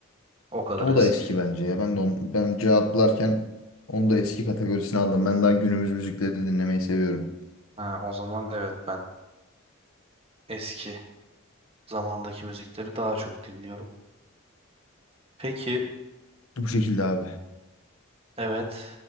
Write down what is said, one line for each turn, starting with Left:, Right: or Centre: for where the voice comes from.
Right: O kadar
Left: O
Right: eski.
Left: da eski bence ya. Ben de on, ben cevaplarken onu da eski kategorisine aldım. Ben daha günümüz müzikleri dinlemeyi seviyorum.
Right: Ha, o zaman evet ben eski zamandaki müzikleri daha çok dinliyorum. Peki,
Left: Bu şekilde abi.
Right: evet.